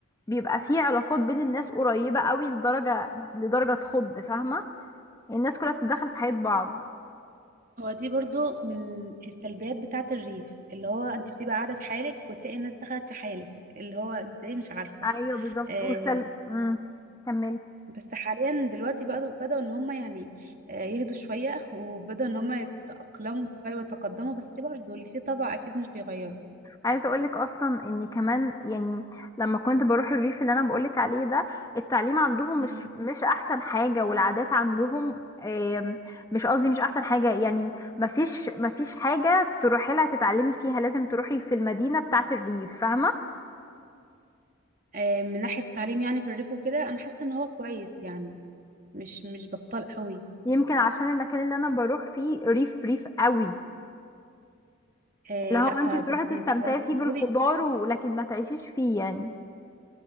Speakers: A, on the left; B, on the right.
A: بيبقى في علاقات بين الناس قريبه قوي لدرجه لدرجه تخض فاهمه يعني الناس كلها بتتدخل في حياه بعض
B: هو دي برضو من السلبيات بتاعة الريف اللي هو انت بتبقى قاعدة في حالك وتلاقي الناس دخلت في حالك اللي هو ازاي مش عارفة
A: ايوه بالظبط
B: آه
A: وسل امم كمل
B: بس حاليا دلوقتي بدأوا بدأوا ان هم يعني آه يهدوا شوية وبدأوا ان هم يتأقلموا شوية ويتقدموا بس برضو اللي فيه طبع اكيد مش بيغيره
A: عايزه اقولك اصلا ان كمان يعني لما كنت بروح الريف اللي انا بقولك عليه ده التعليم عندهم
B: مم.
A: مش مش احسن حاجه والعادات عندهم آم، مش قصدي مش احسن حاجه يعني مفيش مفيش حاجه تروحي لها تتعلمي فيها لازم تروحي في المدينه بتاعه الريف فاهمه
B: آه من ناحية التعليم يعني في الريف وكده انا حاسة ان هو كويس يعني مش مش بطال قوي
A: يمكن عشان المكان اللي انا بروح فيه ريف ريف قوي
B: آه
A: اللي
B: لا
A: هو انت
B: بس
A: تروحي
B: انت
A: تستمتعي
B: جربتي
A: فيه
B: تزوري
A: بالخضار ولكن ما تعيشيش فيه يعني